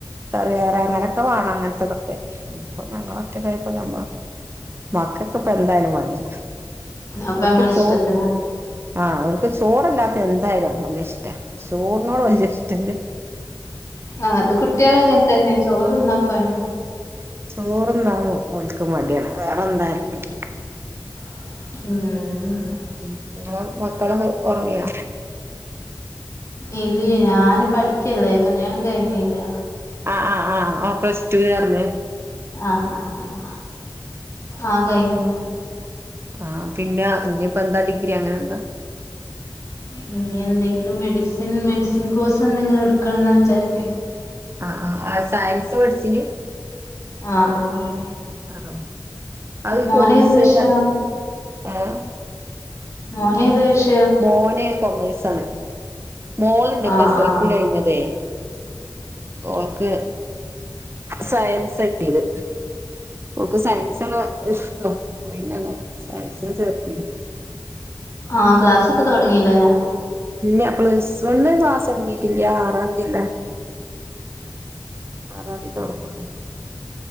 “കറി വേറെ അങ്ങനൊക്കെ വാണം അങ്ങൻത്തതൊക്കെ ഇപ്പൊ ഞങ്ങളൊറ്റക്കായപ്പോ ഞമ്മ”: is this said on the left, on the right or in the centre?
Right